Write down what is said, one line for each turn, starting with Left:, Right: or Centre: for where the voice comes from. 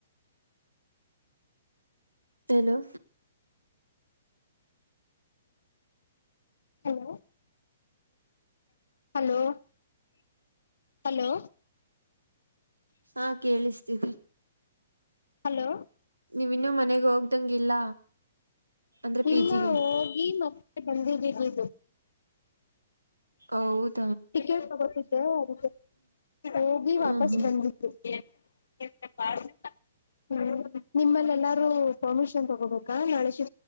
Right: ಹಲೋ
Left: ಹಲೋ ಹಲೋ ಹಲೋ
Right: ಹಾ ಕೇಳಸ್ತೀದೆ
Left: ಹಲೋ
Right: ನೀವವಿನ್ನು ಮನೆಗ್ ಹೋಗ್ದಂಗಿಲ್ಲ ಅಂದ್ರೆ ಪಿ
Left: ಇಲ್ಲ
Right: ಜಿಗೆ
Left: ಹೋಗಿ ಮಕ್ಕಳೆ ಮತ್ತೆ ಬಂದಿದೀವಿ
Right: ಹೌದು
Left: ಟಿಕೆಟ್ ತಗೋತಿದ್ದೆ ಅದಿಕ್ಕೆ ಹೋಗಿ
Right: ಹ್ಮ್
Left: ವಾಪಸ್
Right: ಹ್ಮ್
Left: ಬಂದಿದ್ದೆ <unintelligible> ಹ್ಮ ನಿಮ್ಮಲ್ಲಿ ಎಲ್ಲಾರೂ ಪರ್ಮಿಷನ್ ತಗೋಬೇಕಾ ನಾಳೆ ಶಿ